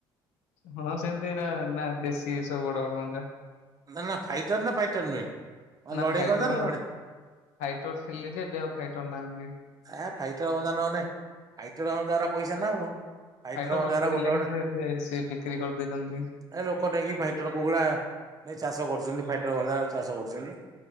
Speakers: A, on the left; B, on the right.
A: ହଁ ସେମତି ଏଇରା ନା ଦେଶୀ ସବୁ ବଡ ବଡ ଗଞ୍ଜା।
B: ନା ନା ଫାଇଟର ନା ଫାଇଟର ନୁହେଁ, ଅ,
A: ନା
B: ଲଢେଇ
A: ଫାଇଟର
B: ଗଞ୍ଜା ଲଢେ
A: ଫାଇଟର ଥିଲେ ଯେ, ଏବେ ଆଉ ଫାଇଟର ନାହାନ୍ତି।
B: ଏ ଫାଇଟର ଗଞ୍ଜା ନହେନେ, ଫାଇଟର ଗଞ୍ଜା ଗୁରା ପଇସା ନା ଆଉ।
A: ଫାଇଟର
B: ଗଞ୍ଜା
A: ରଖିଥିଲେ
B: ଗୁରା ଗୋଟେ ଗୋଟେ
A: କିନ୍ତୁ ଏବେ ସିଏ ବିକ୍ରି କରିଦେଇଛନ୍ତି।
B: ଏ ଲୋକ ନେଇକି ଫାଇଟର କୁକୁଡା ନେଇ ଚାଷ କରୁଚନ୍ତି। ଫାଇଟର ଗଞ୍ଜା ଚାଷ କରୁଛନ୍ତି।